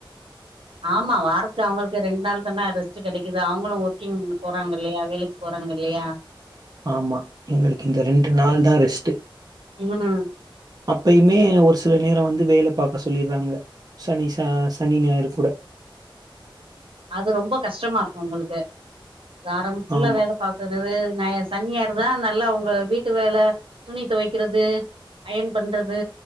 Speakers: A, on the right; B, on the right.
A: ஆமா வாரத்து அவங்களுக்கு ரெண்ட் நாள் தான ரெஸ்ட் கெடைக்குது அவங்களூ ஒர்க்கிங் போறாங்கல்லையா வேலைக்கு போறாங்கல்லையா
B: ஆமா எங்களுக்கு இந்த ரெண்டு நாள் தா ரெஸ்ட்டு
A: ம்
B: அப்பயுமே ஒரு சில நேரோ வந்து வேலை பாக்க சொல்லிறாங்க சனி சா சனி ஞாயிறு கூட
A: அது ரொம்ப கஷ்டமா இருக்கு உங்களுக்கு வாரம் ஃபுல்லா
B: ஆமா
A: வேலை பாக்குறது வே ஞா சனி ஞாயிறு வா நல்லா உங்க வீட்டு வேலை துணி துவைக்கிறது அயன் பண்றது